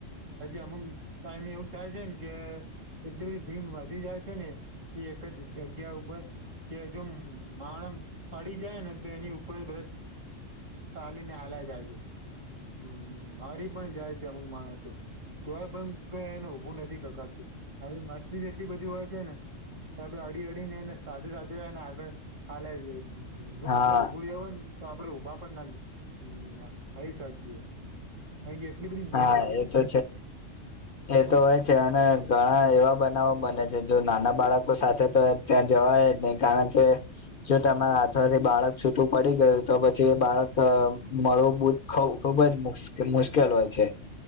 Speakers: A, on the right; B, on the left.
A: હજી અમુક. ટાઈમ એવું થાય છે ને કે એટલી બધી ભીડ વધી જાય છે ને. એક જ જગ્યા ઉપર કે જો માણસ પડી જાય ને તો એની ઉપર બધા. ચાલીને હલાય જાય છે. હમ મારી પણ જાય છે અમુક માણસો. તોય પણ ક એને ઉઊભું નથી કકાડતું આવી મસ્તી જેટલી બધી હોય છે ને. ત અડી અડીને એ સાથે સાથે અને આગળ હા. જો
B: હા
A: આપડે ઉઊભું રહેવું હોયને તો આપડે ઉભા પણ ના. હ શકીય અહી એટલી બધી
B: હા
A: મેળ હોય
B: એ
A: છે
B: તો
A: જે.
B: એ તો હોય છે અને ઘણા એવા બનાવો બને છે જો નાના બાળકો સાથે તો ત્યાં જવાય. નહી કારણ કે જો તમારા હાથમાંથી બાળક છૂટું પડી ગયું તો પછી એ બાળક. મળું બ ખુબ જ મુશ્કેલ હોય છે